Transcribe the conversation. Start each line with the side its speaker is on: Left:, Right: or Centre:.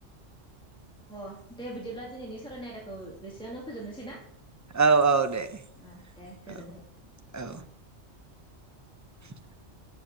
Centre: अ दे बिदिब्ला दिनैनि सावरायनाय आयदाखौ बेसेयावनो फोजोबनोसै ना।
Right: औ औ दे
Centre: ओ दे गोजोन्थों।
Right: औ औ। <inaudible>